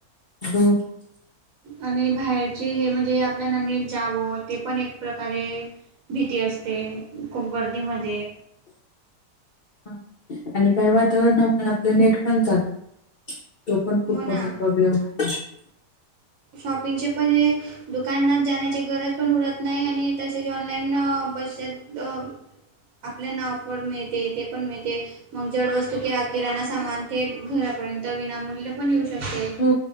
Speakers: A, on the left; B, on the right.
A: हो
B: आणि बाहेरचे हे म्हणजे... आपल्याला नीट जावं... ते पण एक प्रकारे भीती असते... खूप गर्दीमध्ये
A: हं... आणि काही वातावरणामुळे, आपलं नेट पण चालू तो पण खूप
B: हो ना
A: मोठा प्रॉब्लेम आहे
B: शॉपिंगचे पण हे दुकानात जाण्याची गरज पण उरत. नाही आणि तसेच ऑनलाईन बसत. आपल्याना ऑफर मिळते ते पण मिळते. मग जड वस्तू किवा किराणा सामान ते घरापर्यंत विनामूल्य पण येऊ शकते.
A: हो